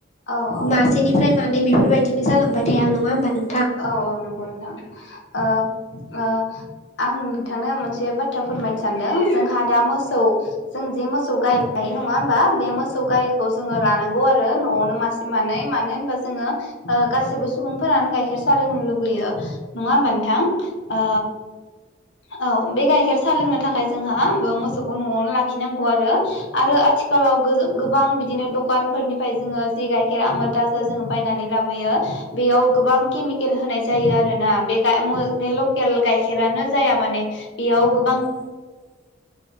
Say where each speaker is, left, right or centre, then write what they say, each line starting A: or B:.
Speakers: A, on the left (about 65°); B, on the left (about 35°).
A: औ औ
B: मासेनिफ्राय मानै बेफोरबायदिनो जालांबाय थाया नङा होमबा नों
A: औ औ नंगौ नोंथां ओ ओ आं नोंथांनो मोनसे बाथ्रा फोरमायनो सानदों जोंहा दा मोसौ जों जे मोसौ गाय लायो नङा होमबा? बे मोसौ गायखौ जोङो लानांगौ आरो न'आवनो मासे मानै मानो होनोबा जोङो गासिबो सुबुंफोरानो गाइखेर सा लोंनो लुबैयो नङा होमबा नोंथां ओ औ बे गाइखेर सा लोंनो थाखाय जोंहा मोसौखौ न'आवनो लाखिनांगौ आरो आरो आथिखालाव गो गोबां बिदिनो दखानफोरनिफ्राय जोङो जि गायखेर आमोल थाजा जोङो बायनानै लाबोयो बेयाव गोबां केमि केल होनाय जायो आरोना बे गाय बे लकेल गाइखेरानो जाया माने बेयाव गोबां
B: <inaudible>